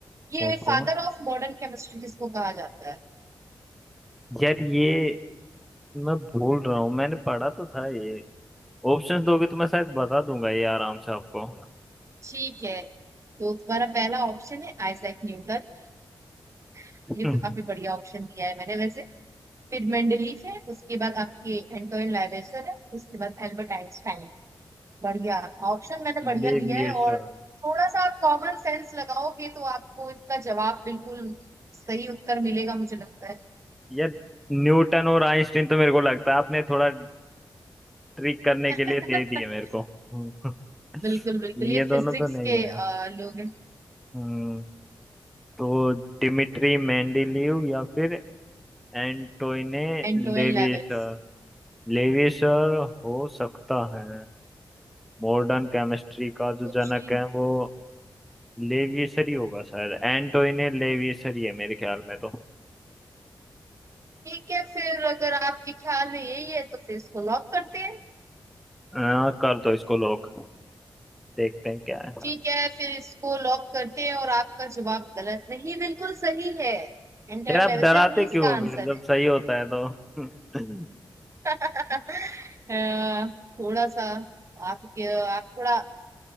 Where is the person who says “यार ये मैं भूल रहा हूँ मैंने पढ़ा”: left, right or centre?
Centre